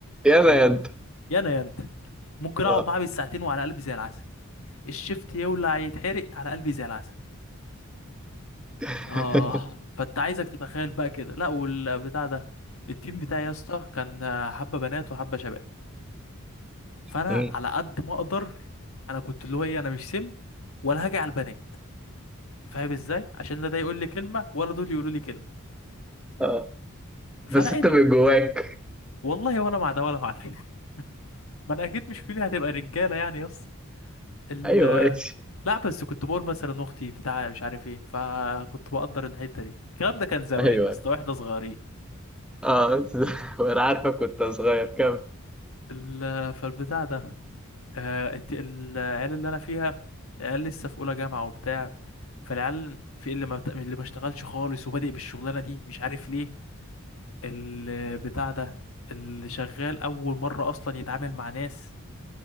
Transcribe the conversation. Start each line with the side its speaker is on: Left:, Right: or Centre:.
Centre: يلا
Left: فاهم
Centre: يا أنت
Left: يا انا يا انت ممكن
Centre: أه
Left: اقعد معاه بالساعتين وعلى قلبي زي العسل الشفت يولع يتحرق على قلبي زي العسل
Centre: <laughs>
Left: اه فانت عايزك تتخيل بقى كده لا والبتاع ده التيم بتاعي يا اسطى كان آه، حبه بنات وحبه شباب فانا
Centre: مم.
Left: على قد ما اقدر انا كنت اللي هو ايه انا مش سمب ولا هاجي على البنات فاهم ازاي عشان لا ده يقول لي كلمه ولا دول يقولوا لي كلمه
Centre: أه
Left: فلاقي
Centre: بس أنت
Left: ال...
Centre: من جواك
Left: والله ولا مع ده ولا مع ده <laughs> ما انا اكيد مش فيلي هتبقى رجاله يعني يس ال...
Centre: ايوه ماشي
Left: لا بس كنت بقول مثلا اختي بتاع مش عارف ايه فكنت بقدر الحته دي الكلام ده كان زمان
Centre: أيوه
Left: يا اسطى واحنا صغيرين
Centre: اه بس- <laughs> وانا عارفك كنت صغير كمل
Left: ال... فالبتاع ده آه، الت- العيال اللي انا فيها العيال لسه في اولى جامعه وبتاع فالعيال في اللي ما بت- اللي ما اشتغلش خالص وبادئ بالشغلانه دي مش عارف ليه البتاع ده اللي شغال اول مره اصلا يتعامل مع ناس